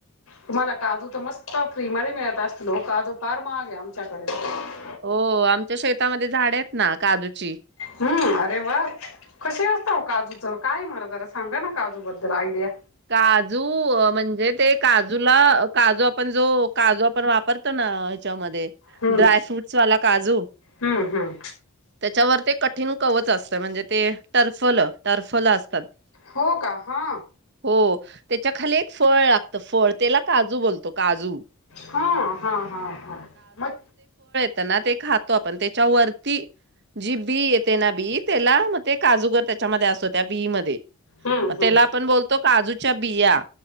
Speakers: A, on the left; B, on the right.
A: तुम्हाला काजू तर मस्त फ्री मध्ये मिळत अस लओ काजू फार महागे आमच्याकडे <unintelligible>
B: हो आमच्या शेतामध्ये झाड येत ना काजूची
A: हम् अरे वा! कसे असता व काजूचं? काय मरा जरा सांगा ना काजूबद्दल आयडिया
B: काजू अ म्हणजे ते काजूला, अ काजू आपण जो काजू आपण वापरतो ना ह्याच्याम दे
A: हम्म
B: ड्रायफ्रुट्स वाला काजू,
A: हम्म हम्म
B: त्याच्यावर ते कठीण कवच असत म्हणजे ते टर्फल टर्फल अस
A: हो का? हा
B: हो त्याच्या खाली एक फळ लाग त फळ तेला काजू बोलतो काजू
A: हा हा हा हा म
B: त्यांना ते खातो आपण, त्याच्या वरती जी बी येते ना बी, त्याला म ते काजूगर त्याच्यामध्ये असतो त्या बी मध्ये
A: हम्म हम्म
B: म त्याला आपण बोल जूच्या बिया